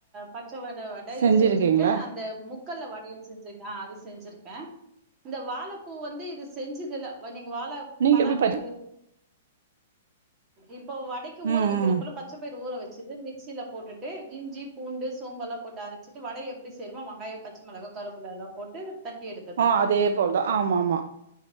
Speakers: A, on the right; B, on the right.
A: பச்ச வட வடயு
B: செஞ்சிருக்கீங்களா
A: செஞ்சிருக்க அந்த மு குக்கர வடய செஞ்சிருக்கே அது செஞ்சிருக்க இந்த வாழப்பூ வந்து இது செஞ்சதுல வணி வாழ
B: நீங்க
A: பலாக்காயல
B: எப்டி பச்ச
A: இப்போ வடைக்கு
B: ம்
A: ஊற வைக்கிற
B: ம்
A: போல ஊற வச்சுடு மிக்சியில போட்டடு இஞ்சி பூண்டு சோம்புல்லா போட்டு அரைச்சிட்டு வடை எப்படி சேுமோ வெங்காய பச்ச மிளகா கருப்புல எல்லா போட்டு தட்டி எடுக்கதா
B: ஆஹஅதே
A: தோழி
B: போலதாஆமா ஆமா